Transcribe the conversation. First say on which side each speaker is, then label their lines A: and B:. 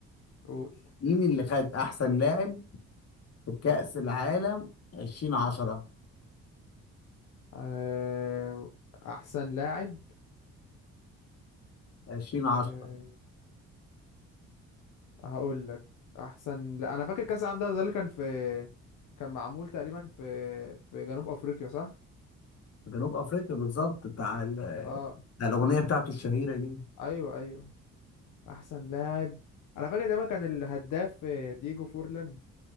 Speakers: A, on the left; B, on the left.
A: قول
B: مين اللي خد احسن لاعب في كاس العالم 2010
A: آه، أحسن لاعب
B: 2010
A: أه هقول لك أحسن لا أنا فاكر كأس العالم ده ده اللي كان في كان معمول تقريبا في في جنوب أفريقيا صح؟
B: في جنوب افريقيا بالظبط بتاع ال-
A: اه
B: بتاع الاغنيه بتاعته الشهيره دي
A: أيوه أيوه أحسن لاعب أنا فاكر دايما كان الهداف آه، ديجو فورلان